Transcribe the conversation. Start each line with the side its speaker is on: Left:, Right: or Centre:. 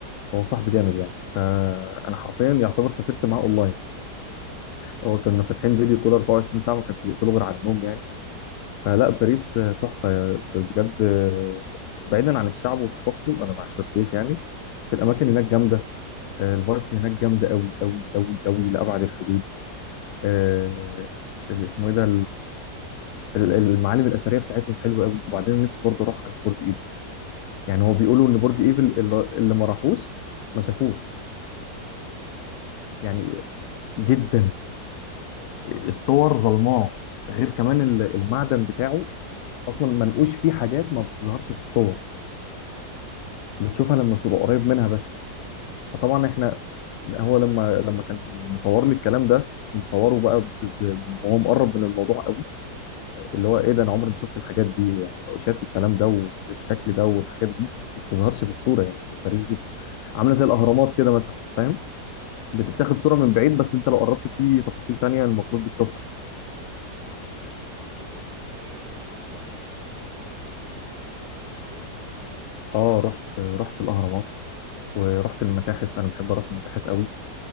Left: هو صاحبي جامد يعني فانا حرفيا يعتبر سافرت معاه اونلاين
Right: امم
Left: هو كنا فاتحين فيديو كول 24 ساعه ما كانش بيقفلوا غير على النوم يعني فلا باريس آه، تحفه بجد آه، بعيدا عن الشعب وثقافته انا ما عشرتوش يعني بس
Right: امم
Left: الاماكن هناك جامده آه، الفايبس هناك جامده قوي قوي قوي قوي لابعد الحدود آه، اللي اسمه ايه ده ال- المعالم الاثريه بتاعتهم حلوه قوي وبعدين نفسي برضه اروح عند برج ايفل يعني هو بيقولوا ان برج
Right: اه
Left: ايفل اللي اللي ما راحوش ما شافوش
Right: مختلف
Left: يعني جدا الصور ظلماء غير كمان ال- المعدن بتاعه
Right: امم
Left: اصلا منقوش فيه حاجات ما بتظهرش في الصور بتشوفها
Right: يا
Left: لما بتبقى قريب منها بس فطبعا احنا هو لما لما كان مصور لي الكلام ده مصوره بقى ب- ب- وهو مقرب من الموضوع
Right: امم
Left: اللي هو ايه ده انا عمري ما شفت الحاجات دي يعني النقوشات والكلام ده والشكل ده والحاجات دي ما بتظهرش في الصوره يعني باريس دي عامله زي الاهرامات كده مثلا فاهم
Right: اه
Left: بتتاخد صوره من بعيد بس انت لو قربت في تفاصيل تانية المفروض بتشوفها
Right: بمناسبه ال- الاهرامات رحت ال- الحتت السياحيه اللي في مصر قبل كده
Left: اه رحت رحت الاهرامات ورحت المتاحف انا بحب اروح المتاحف قوي